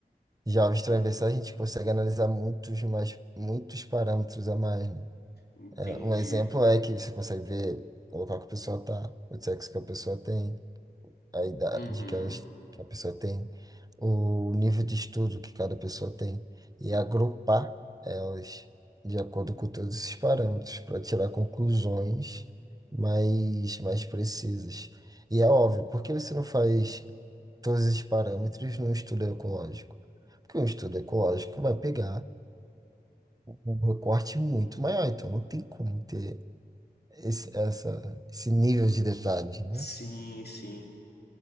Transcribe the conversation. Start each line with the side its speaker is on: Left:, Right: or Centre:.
Right: Já os transversais
Left: ah
Right: a gente consegue analisar muitos mais, muitos parâmetros a mais, né?
Left: entendi.
Right: É, um exemplo é que você consegue ver, colocar que a pessoa tá, o sexo que a pessoa tem. a idade
Left: Uhum.
Right: que, elas, que a pessoa tem, o nível de estudo que cada pessoa tem, e agrupar elas de acordo com todos esses parâmetros para tirar conclusões mais, mais precisas. E é óbvio, por que você não faz todos esses parâmetros num estudo ecológico? Porque um estudo ecológico vai pegar um recorte muito maior, então não tem como ter esse, essa, esse nível de detalhes, né?
Left: Sim, sim.